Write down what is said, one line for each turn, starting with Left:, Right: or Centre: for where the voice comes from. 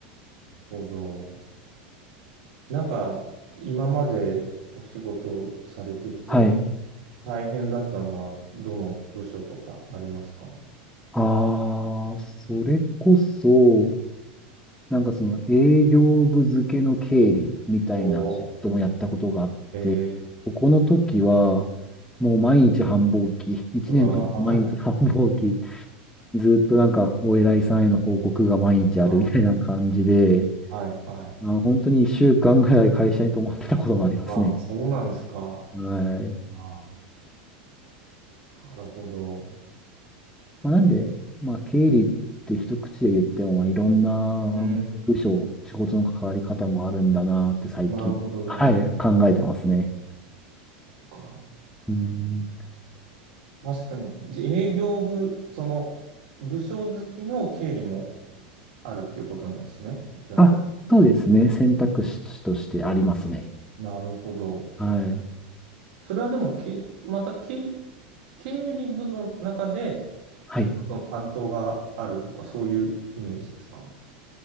Right: るほど。なんか、今までお仕事されてきて
Centre: はい。
Right: 大変だったのは、どの部署とかありますか
Centre: ああ、それこそ、なんかその営業部付けの経理みたいな仕事もやったことがあって、
Right: おーえー、
Centre: この時は、もう毎日繁忙期、一年とも毎日繁忙期、
Right: うわー
Centre: ずっとなんかお偉いさんへの報告が毎日あるみたいな感じで、
Right: <laughs> あーはいはい。
Centre: まあ、本当に一週間ぐらい会社に泊まってたこともありますね。
Right: うわーそうなんですか。
Centre: はい。
Right: あーなるほど。
Centre: まあ、なんで、まあ経理って一口で言っても、まあ、いろんな部署、
Right: うん。
Centre: 仕事の関わり方もあるんだなって最近、
Right: なるほど、なるほど。
Centre: はい、考えてますね。
Right: そっか。
Centre: うん
Right: 確かに、じ営業部、その、部署好きの経理もあるっていうことなんですね。じゃあ、
Centre: あ、そうですね。選択肢としてありますね。
Right: なるほど。
Centre: はい。
Right: それはでも、け、また経、経理部の中で、
Centre: はい。
Right: その担当があるとか、そういうイメージですか